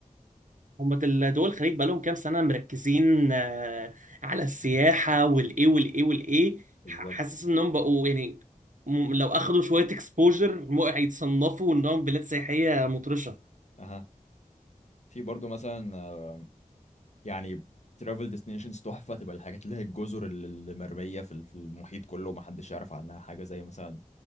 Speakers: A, on the right; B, on the left.
A: هم دول الخليج بقالهم كام سنه مركزين آه، على السياحه والايه والايه والايه
B: بالظبط
A: ح- حاسس انهم بقوا يعني م- لو اخدوا شويه اكسبوجر هيتصنفوا انهم بلاد سياحيه مطرشه
B: اها في برضو مثلا يعني ترافل ديستنيشنز تحفه تبقى الحاجات اللي هي الجزر اللي مرميه في ال- في المحيط كله ومحدش يعرف عنها حاجه زي مثلا